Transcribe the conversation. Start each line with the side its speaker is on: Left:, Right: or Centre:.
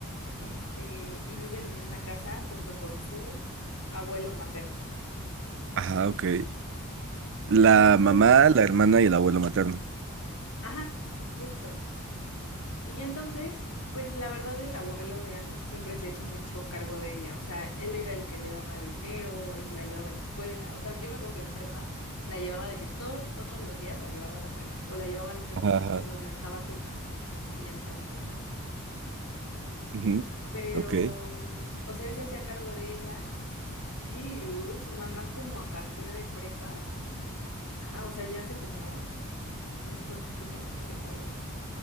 Left: este, y viven en una casa junto con su abuelo materno.
Right: Ajá, ok. La
Left: Y entonces,
Right: mamá, la hermana y el abuelo materno.
Left: ajá, justo. Y entonces, pues la verdad, el abuelo de Andy siempre se ha hecho mucho cargo de ella. O sea, él era el que le daba dinero, el que la llevaba a la escuela. O sea, yo me acuerdo que en prepa la llevaba de que todos, todos los días la llevaba a la prepa o la llevaba al metro
Right: Ajá, ajá.
Left: y nos dejaba juntas y ya nos íbamos a la prepa.
Right: Ujú,
Left: Pero,
Right: Ok.
Left: o sea, él se hacía cargo de ella, pero su mamá como a partir de prepa Ajá, o sea, ya hace como, no sé cuánto tiene de prepa ya,